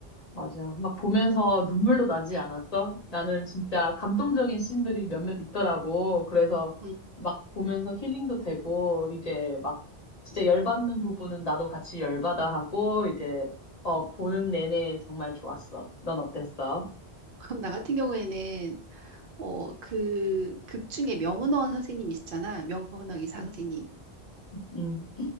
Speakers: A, on the left; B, on the right.
A: 맞아. 막 보면서 눈물도 나지 않았어? 나는 진짜 감동적인 씬들이 몇몇 있더라고. 그래서
B: 음.
A: 막 보면서 힐링도 되고, 이제 막 진짜 열받는 부분은 나도 같이 열받아 하고, 이제, 어, 보는 내내 정말 좋았어. 넌 어땠어?
B: <laughs> 나 같은 경우에는 어, 그 극 중에 명은원 선생님 있잖아. 명은원 의사 선생님.
A: 음.